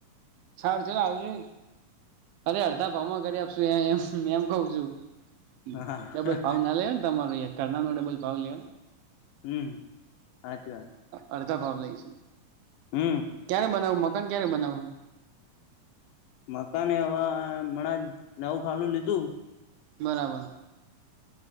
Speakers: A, on the right (about 85°); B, on the left (about 85°).
A: છાર ચોલ આવજુ અરે અડધા ભમ કરી આપશું એમ એમ કઉ છું. હમ્મ,
B: હા
A: ડબલ ફાવ ના લે ને તમારો કરના નો ડબલ ફાવ લે.
B: હમ્મ, હાચું વા.
A: અડધા ભાવ લઈશું.
B: હમ્મ.
A: ક્યારે બનાવું, મકાન ક્યારે બનાવવું?
B: મકાને હવે મણા નવું ખાલી લીધું.
A: બરાબર.